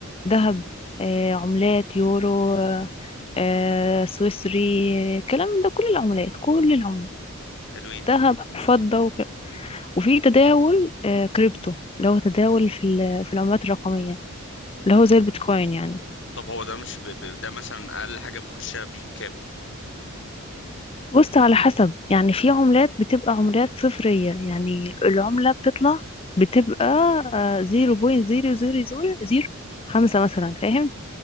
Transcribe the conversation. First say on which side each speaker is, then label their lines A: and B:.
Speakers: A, on the left; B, on the left.
A: ذهب آه، عملات يورو آه، آه، سويسري آه، الكلام ده كل العملات كل العملات
B: حلوين
A: ذهب وفضه وك- وفي تداول آه، كريبتو اللي هو تداول في ال- في العملات الرقميه اللي هو زي البيتكوين يعني
B: طب هو ده مش ب... ب... ده مثلا اقل حاجة بخشها بكام
A: بص على حسب يعني في عملات بتبقى عملات صفرية يعني العملة بتطلع بتبقى آه، زيرو بوينت زيرو زيرو زيرو زيرو خمسة مثلا فاهم